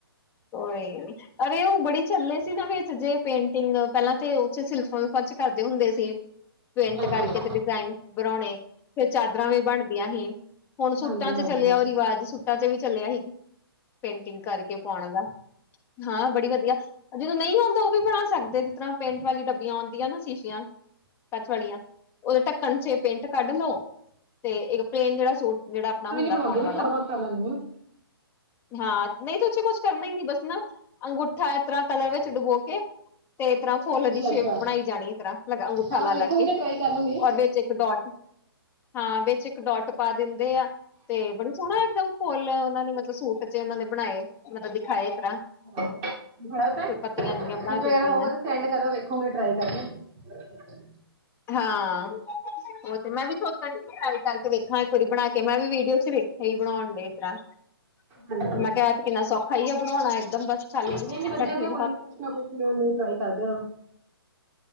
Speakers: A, on the left (about 15°); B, on the right (about 25°).
A: ਕੋਈ ਨੀ। ਅਰੇ ਉਹ ਬੜੀ ਚੱਲੇ ਸੀ ਨਾ ਵਿਚ ਜੇ! ਪੇਂਟਿੰਗ ਪਹਿਲਾਂ ਤੇ ਉਥੇ ਸਿਲਫ ਪਚ ਕਰਦੇ ਹੁੰਦੇ ਸੀ। ਪੈਂਟ
B: ਹਾਂਜੀ
A: ਕਰਕੇ ਤੇ ਡਿਜ਼ਾਇਨ ਬਣਾਉਣੇ ਫਿਰ ਚਾਦਰਾਂ ਵੀ ਬਣਦੀਆਂ ਹੀ। ਹੁਣ ਸੂੱਟਾਂ
B: ਹਾਂਜੀ
A: ਚ
B: ਹਾਂਜੀ
A: ਚੱਲਿਆ ਉਹ ਰਿਵਾਜ਼। ਸੂੱਟਾਂ ਚ ਵੀ ਚੱਲਿਆ ਸੀ। ਪੇਂਟਿੰਗ ਕਰਕੇ ਪਾਉਣ ਦਾ। ਹਾਂ! ਬੜੀ ਵਧੀਆ। ਜਿਨੂੰ ਨਹੀਂ ਆਉਂਦਾ, ਉਹ ਵੀ ਬਣਾ ਸਕਦੇ। ਤਾਂ ਪੇਂਟ ਵਾਲੀ ਡੱਬੀਆਂ ਆਉਂਦੀਆਂ ਨਾ! ਸ਼ੀਸ਼ੀਆਂ! ਕੱਚ ਵਾਲੀਆਂ! ਉਹਦੇ ਡ ਕਣ ਚੇ ਪੈਂਟ ਕੱਢ ਲੋ। ਤੇ ਇੱਕ ਪਲੇਨ ਜਿਹੜਾ ਸੂਟ ਜਿਹੜਾ ਆਪਣਾ
B: ਮੈਂ
A: ਹੁੰਦਾ
B: ਨਹੀਂ ਬਣਾਉਂਦੀ
A: ਪਾਉਣ
B: ਮੈਂ
A: ਵਾਲਾ।
B: ਥੋੜਾ ਬਹੁਤ ਕਰ ਲੈਂਦੀ ਹਾਂ
A: ਹਾਂ! ਨਹੀਂ ਤਾਂ! ਉੇ ਕੁਛ ਕਰਨਾ ਹੀ ਨੀ। ਬਸ ਨਾ! ਅੰਗੂਠਾ ਇਸ ਤਰ੍ਹਾਂ ਕਲਰ ਵਿੱਚ ਡੁਬੋ ਕੇ ਤੇ ਇਸ ਤਰ੍ਹਾਂ ਫੁੱਲ
B: ਅੱਛਾ
A: ਦੀ ਸ਼ੇਪ
B: ਅੱਛਾ
A: ਬਣਾਈ ਜਾਣੀ ਇਸ ਤਰ੍ਹਾਂ ਲ ਅੰਗੂਠਾ
B: ਹਾਂ
A: ਲਾ
B: ਵੇਖੂਗੀ
A: ਲਾ ਕੇ।
B: ਤੇ ਟਰਾਈ ਕਰ ਲੂੰਗੀ
A: ਔਰ ਵਿੱਚ ਇੱਕ ਡੋਟ! ਹਾਂ ਵਿੱਚ ਡੋਟ ਪਾ ਦਿੰਦੇ ਆ। ਤੇ ਬੜੀ ਸੋਹਣਾ ਇੱਕਦਮ ਫੁੱਲ ਉਹਨਾਂ ਨੇ ਮਤਲਬ ਸੂਟ ਚ ਉਹਨਾਂ ਨੇ ਬਣਾਏ। ਮਤਲਬ ਦਿਖਾਏ। ਤਰ੍ਹਾਂ
B: ਹਾਂ!
A: ਫਿਰ ਪੱਤੀਆਂ ਜਿਹੀਆਂ ਬਣਾ
B: ਇਕ ਵਗੈਰਾ
A: ਦਿੱਤੀਆਂ
B: ਹੋ ਸੈਂਡ ਕਰੋ ਵੇਖੋਗੇ ਟਰਾਈ ਕਰਕੇ।
A: ਹਾਂ ਉਹ ਤੇ ਮੈਂ ਵੀ ਸੋਚਿਆ ਸੀ ਟ੍ਰਾਈ ਕਰਕੇ ਵੇਖਾਂ ਫਿਰ ਬਣਾ ਕੇ ਮੈਂ ਵੀਡੀਓ ਚ ਬ। ਇਈ ਬਣਾਉਣਡੇ ਇ ਤ ਤੇ
B: ਹਾਂਜੀ
A: ਮੈਂ ਕਿਹਾ ਏ ਤਾਂ ਕਿੰਨਾ ਸੌਖਾ ਆ ਬਣਾਉਣਾ, ਇੱਕਦਮ ਬਸ ਖਾਲੀ
B: ਨਹੀਂ ਨਹੀਂ ਵਧੀਆ
A: ਡੱਬੀ
B: ਤੇ ਕੋਈ ਨਾ ਕੁਛ ਨਾ ਕੁਛ ਨੂੰ ਟਰਾਈ ਕਰਦੇ ਰਹੋ